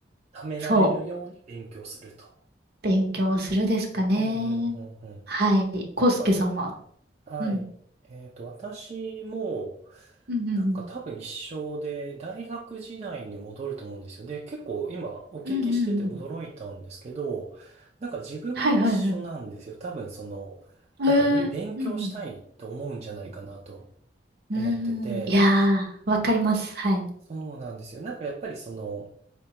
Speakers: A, on the right; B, on the right.
A: 貯められるように勉強すると。
B: そう、勉強するですかね。
A: うんうんうんうん。
B: はい。コウスケさんは。
A: なんかはい。
B: うん。
A: えっと、私も、
B: うんうんうん
A: なんか多分一緒で、大学時代に戻ると思うんですよ。で、結構今お聞きしてて驚いたんですけど、
B: うんうんうん。
A: なんか自分も一緒なんですよ。
B: はいはいはい。
A: 多分その、
B: へえうん
A: なんかより勉強したいと思うんじゃないかなと
B: うん。
A: 思ってて、
B: うーん。いやー、わかります。はい。
A: そうなんですよ。なんかやっぱりその、